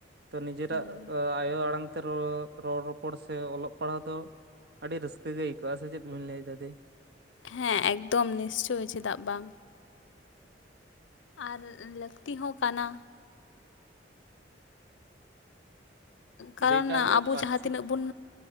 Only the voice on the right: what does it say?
ᱛᱚ ᱱᱤᱡᱮᱨᱟᱜ
ᱟᱭᱳ ᱟᱲᱟᱝ ᱛᱮ ᱨᱚᱲᱼᱨᱚᱯᱚᱲ ᱥᱮ ᱚᱞᱚᱜ ᱯᱟᱲᱦᱟᱣ ᱫᱚ ᱟᱹᱰᱤ ᱨᱟᱹᱥᱠᱟᱹ ᱜᱮ ᱟᱭᱠᱟᱹ ᱟ ᱥᱮ ᱪᱮᱫ ᱵᱮᱱ ᱞᱟᱹᱭ ᱫᱟ ᱫᱤ
ᱫᱟᱹᱭ ᱛᱟᱦᱚᱞᱮ
ᱯᱟᱹᱨᱥᱤ